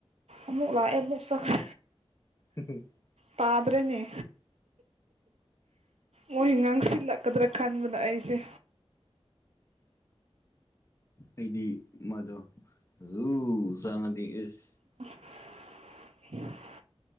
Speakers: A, on the right; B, on the left.
A: ꯑꯃꯛ ꯂ ꯑꯦꯕ ꯁꯐ
B: <inaudible>
A: ꯄꯥꯗ꯭ꯔꯦꯅꯤ ꯑꯣ ꯍꯤꯡꯉꯥꯡꯁꯤꯜꯂꯛ ꯀꯗ꯭ꯔꯒ ꯈꯟꯕꯗ ꯑꯩꯁꯦ
B: ꯑꯩꯗꯤ ꯃꯗꯣ ꯂꯨ ꯆꯪꯉꯗꯤꯦ ꯑꯦꯁ
A: <inaudible>